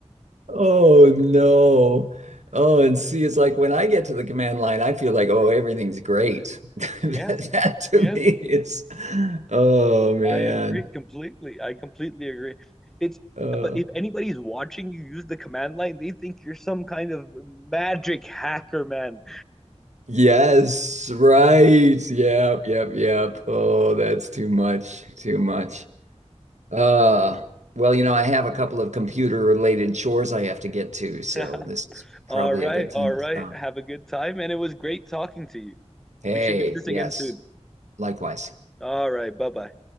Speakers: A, on the right; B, in the centre.
A: Oh no. Oh, and see, it's like when I get to the command line, I feel like, oh, everything's great. <laughs>
B: Yeah,
A: That, that to
B: yeah.
A: me, it's, oh man.
B: I agree completely. I completely agree. It's
A: Uh,
B: but if anybody's watching you use the command line, they think you're some kind of magic hacker, man.
A: Yes, right. Yep, yep, yep. Oh, that's too much. Too much. Uh, well, you know, I have a couple of computer related chores I have to get to, so
B: <laughs>
A: this is
B: All
A: probably
B: right,
A: a good
B: all
A: time to
B: right.
A: stop.
B: Have a good time, and it was great talking to you.
A: Hey,
B: We should do this
A: yes,
B: again soon.
A: likewise.
B: All right, bye-bye.